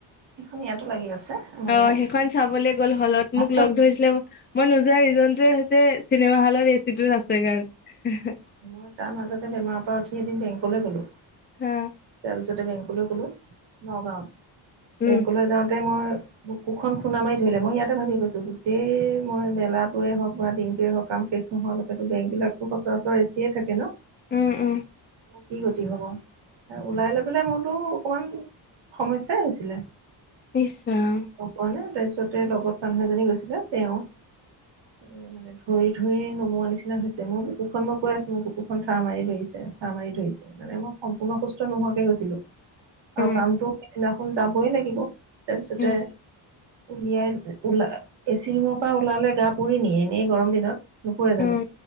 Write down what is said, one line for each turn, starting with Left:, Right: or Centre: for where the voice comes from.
Right: সেইখন ইয়াতো লাগি আছে আমাৰ
Left: অ সেইখন চাবলে গ'ল হলত,
Right: ইয়াত
Left: মোক লগ ধৰিছিলে মই নোযোৱা ৰিজনটোৱে হৈছে চিনেমা হলত এচিটো আছে কাৰণে।
Right: মই তাৰ মাজতে বেমাৰৰ পৰা উঠি এদিন বেংকলৈ গলো।
Left: অ।
Right: ত পিছতে বেংকলৈ গ'লো নগাঁৱত।
Left: উম।
Right: বেংকলৈ যাওঁতে মই বুকুখন খুন্দা মাৰি ধৰিলে, মই ইয়াতে ভাবি গৈছো গোটেই মই বেলাটোৱে হওক বা দিনটোৱে হওক কাম, শেষ নোহোৱালৈকে বেংক বিলাকো সচৰাচৰ এচিয়ে থাকে ন?
Left: উম উম
Right: কি গতি হ'ব, ওলাই লৈ পাই মোৰতো অকণমান সমস্যাই হৈছিলে।
Left: ইছ ৰাম।
Right: গম পোৱা নে তাৰপিছতে লগত মানুহ এজনী গৈছিলা, তেওঁ এ মানে ধৰি ধৰি নমোৱা নিচিনা হৈছে মোৰ বুকুখন মই, কৈ আছো মোৰ বুকুখন ঠাৰ মাৰি ধৰিছে, ঠাৰ মাৰি ধৰিছে, মানে মই সম্পূৰ্ণ সুস্থ নোহোৱাকে গৈছিলো। আৰু
Left: উম
Right: কামটো সেইদিনাখন যাবই লাগিব। তাৰপিছতে
Left: উম
Right: উলিয়াই ওলা এচি ৰুমৰ পৰা ওলালে গা পুৰি নিয়ে, এনেই গৰম দিনত। নুপুৰে জানো
Left: উম